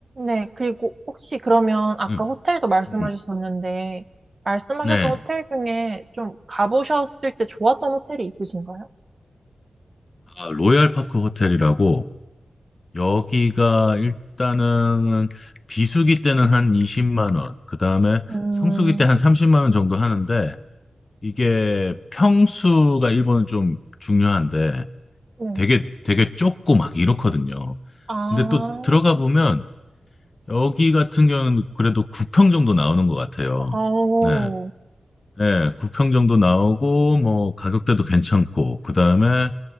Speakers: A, on the right; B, on the left.
A: 네, 그리고 혹시 그러면 아까
B: 음,
A: 호텔도 말씀하셨었는데
B: 음.
A: 말씀하셨던
B: 네.
A: 호텔 중에 좀 가보셨을 때 좋았던 호텔이 있으신가요?
B: 아, 로얄파크 호텔이라고. 여기가 일단은 비수기 때는 한 20만 원, 그 다음에
A: 음,
B: 성수기 때 한 30만 원 정도 하는데 이게 평수가 일본은 좀 중요한데
A: 네.
B: 되게 되게 좁고 막 이렇거든요.
A: 아,
B: 근데 또 들어가 보면 여기 같은 경우는 그래도 9평 정도 나오는 것 같아요.
A: 아오.
B: 네, 네, 9평 정도 나오고 뭐 가격대도 괜찮고 그 다음에